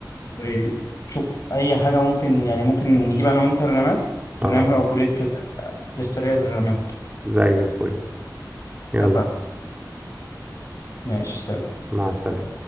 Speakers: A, on the left; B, on the right.
A: ونشوف اي حاجه ممكن يعني ممكن نجيب انا وانت رمات ونعمل
B: اه
A: ابجريد كده للسريع للرمات
B: زي الفل يلا
A: اتفقنا ماشي سلام
B: مع السلامه